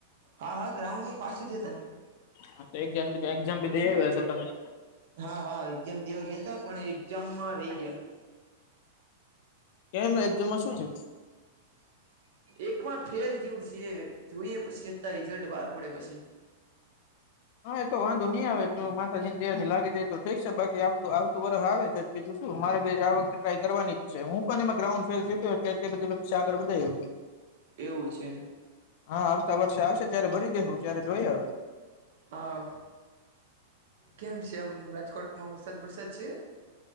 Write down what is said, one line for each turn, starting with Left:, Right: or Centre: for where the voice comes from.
Right: હા હા ગ્રાઉન્ડ તો પાચથી જતા
Left: હા તો એક્ઝામ એક્ઝામ ભી લઈયા હશો તમે
Right: હા હા એક્ઝામ દેવા ગયા હતા પણ એક્ઝામ માં રહી ગયા
Left: કેમ એકઝામ શું થયું
Right: એકમાં ફેલ જેવું છે જોઈએ પછી અ રીઝલ્ટ બહાર પડે પછી
Left: હા એ તો વાંધો નહી આવે જો માતાજીને દે થી લાગી જાય તો ઠીક છે બાકીતું આવતું વર્ષ આવે છે બીજું શું મારે આ વખતે ટ્રાય કરવાની જ છે હું પણ ગ્રાઉન્ડ ફેલ બધી પછી આગળ વધાર્યું
Right: એવું છે
Left: હા આવતા વર્ષે આવશે ત્યારે ભરી દેસું ત્યારે જોઈ હવે
Right: હા કેમ છે એમ રાજકોટમાં વરસાદ વરસાદ છે